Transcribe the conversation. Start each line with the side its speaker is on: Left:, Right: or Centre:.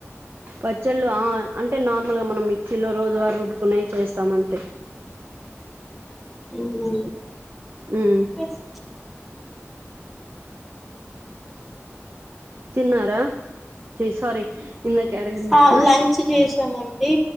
Right: పచ్చళ్ళు ఆ అంటే నార్మల్ గా మనం మిక్సీలో రోజువారు రుబ్బకునేవి చేస్తాం అంతే
Centre: ఉ
Right: మ్
Centre: వేసతి
Right: తిన్నారా సారీ ఇందాకే అడిగాను
Centre: ఆ
Right: కదా
Centre: లంచ్ చేసామండి